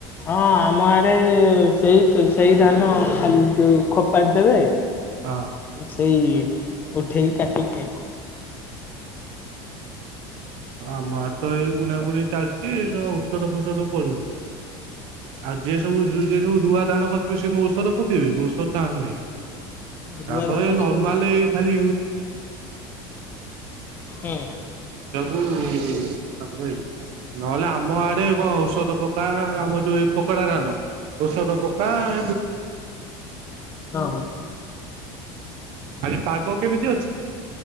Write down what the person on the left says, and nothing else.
ହଁ ଆମ ଆଡେ ସେଇ ସେଇ ଧାନ ଖାଲି ଯୋଉ ଖୋପାର ଦେବେ
ସେଇ। ଉଠେଇ କାଟିି ଖାଇବ।
ହୁଁ ରୁଆ
ଧାନ
ହୁଁ
ହୁଁ
ହଁ ହଁ।